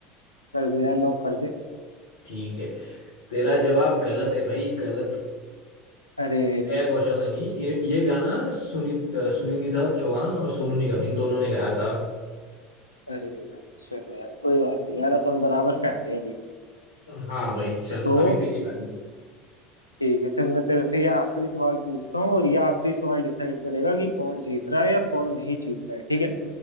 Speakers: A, on the left; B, on the left.
A: कर दे यार लॉक कर दे
B: ठीक है तेरा जवाब गलत है भाई गलत
A: अरे
B: श्रेया घोषाल ने नहीं ये, ये गाना सुनि अ, सुनिधि चौहान और सोनू निगम इन दोनों ने गाया था
A: अरे यार, चलो यार कोई बात नहीं यार अपन बराबर पे आ गए अभी
B: हाँ भाई चल
A: तो
B: अभी तेरी बारी
A: ठीक है चल मैं तेरे से ये आखिरी सवाल पूछता हूँ और ये आखिरी सवाल डिसाइड करेगा कि कौन जीत रहा है या कौन नहीं जीत रहा है ठीक है